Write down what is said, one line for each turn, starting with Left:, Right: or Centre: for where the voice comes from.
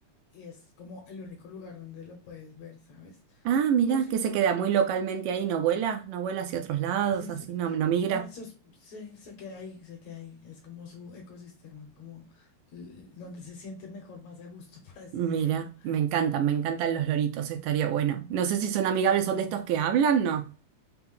Left: y es como el único lugar donde lo puedes ver, ¿sabes?
Right: Ah, mira,
Left: O si
Right: que
Left: no,
Right: se queda
Left: tam-
Right: muy localmente
Left: sí.
Right: ahí, no vuela, no vuela hacia otros lados,
Left: Sí,
Right: así,
Left: se-
Right: no, no migra.
Left: no, se, os- sí, se queda ahí, se queda ahí. Es como su ecosistema, como l- donde se siente mejor, más a gusto, <laughs> por así
Right: Mira,
Left: decirlo.
Right: me encantan, me encantan los loritos, estaría bueno. No sé si son amigables,
Left: Ujú.
Right: son de estos que hablan, ¿no?